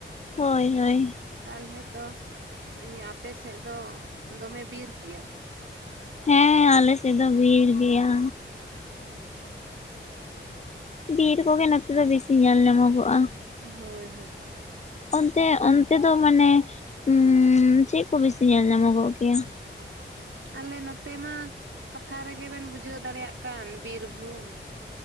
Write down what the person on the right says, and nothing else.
ᱛᱟᱦᱚᱞᱮ ᱛᱚ ᱟᱯᱮᱥᱮᱫ ᱫᱚ ᱫᱚᱢᱮ ᱵᱤᱨ ᱜᱮᱭᱟ?
ᱟᱪᱪᱷᱟ᱾
ᱦᱳᱭ ᱦᱳᱭ᱾
ᱟᱨ
ᱟᱞᱮ ᱱᱚᱛᱮ ᱢᱟ ᱠᱟᱛᱷᱟ ᱨᱮᱜᱮᱵᱮᱱ ᱵᱩᱡᱷᱟᱹᱣ ᱫᱟᱲᱮᱭᱟᱜ ᱠᱟᱱ ᱵᱤᱨᱵᱷᱩᱢ᱾